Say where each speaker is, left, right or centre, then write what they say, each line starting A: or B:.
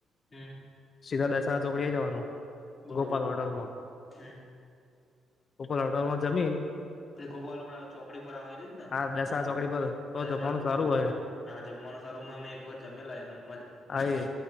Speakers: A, on the left; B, on the left.
A: હમ્મ
B: સીધા <unintelligible> ચોકડી જવાનું
A: બરોબર
B: ગોપાલ હોટલમાં
A: હમ
B: ગોપાલામ હોટલ માં જમી
A: <unintelligible> ચોકડી પર આવેલી છે એજ ન
B: આ દસ આ ચોકડી પર તો જમવાનું
A: દસેરા ચોકડી
B: સારું હોય
A: હા જમવાનું સાર મલે અમે એક વખત જમેલા એમાં
B: હા એ